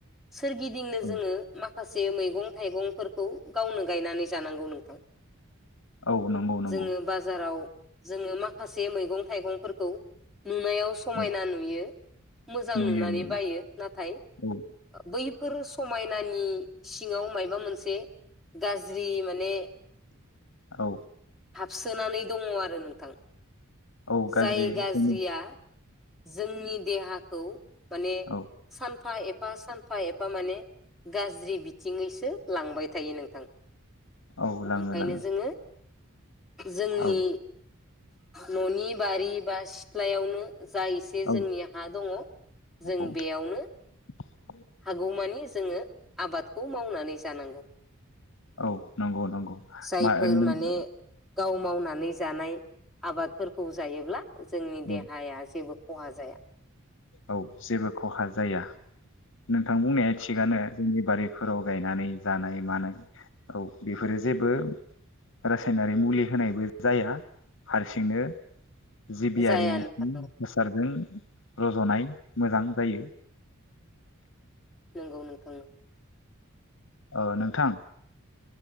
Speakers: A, in the centre; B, on the left.
A: सोरगिदिंनो
B: औ
A: जोङो माखा माखासे मैगं थाइगंफोरखौ गावनो गायनानै जानांगौ नोंथां।
B: औ नंगौ नंगौ
A: जोङो बाजाराव जोङो माखासे मैगं थाइगंफोरखौ नुनायाव समायना
B: औ
A: नु मोजां
B: नुयो
A: नुनानै
B: नुयो
A: बायो नाथाय
B: औ
A: बै बफोर समायनानि सिङाव मायाबा मोनसे गाज्रि माने
B: औ
A: हाबसोनानै दङ आरो नोंथां।
B: औ गाज्रि
A: जाय गाज्रिया
B: जोंनि
A: जोंनि देहाखौ माने
B: औ
A: सानफा एफा सानफा एफा माने गाज्रि बिथिङैसो लांबाय थायो नोंथां।
B: औ लाङो
A: ओंखायनो
B: लाङो
A: जोङो जोंनि
B: औ
A: न'नि बारि बास सिथ्लायावनो जायोस
B: औ
A: जोंनि हा दङ जों
B: औ
A: बेयावनो
B: <inaudible>
A: हागौमानि जोङो आबादखौ मावनानै जानांगौ।
B: औ नंगौ नंगौ
A: जायफोर
B: मा <unintelligible>
A: माने गाव मावनानै जानाय आबादफोरखौ जायोब्ला जोंनि
B: औ
A: देहाया जेबो खहा जाया।
B: औ जेबो खहा जाया नों थां बुंनाया थिगआनो जोंनि बारि फोराव गायनानै जानाय मानाय औ बेफोरो जेबो रासायनारि मुलि होनायबो जाया हारसिंनो जिबियारि
A: जाया नोंथां
B: उम हासारजों रज'नाय मोजां जायो
A: नोंगौ नोथां नोंगौ
B: ओ नोंथां